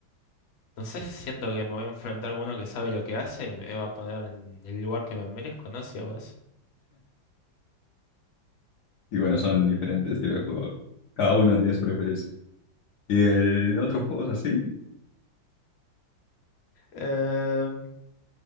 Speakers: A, on the left (about 85°); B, on the left (about 65°).
A: no sé, siento que me voy a enfrentar con uno que sabe lo que hace y me va a poner en el lugar que me merezco, ¿no? Si hago eso.
B: Y bueno, son diferentes estilos de juego. Cada uno tiene su preferencia. Y el otro juego así,
A: Em,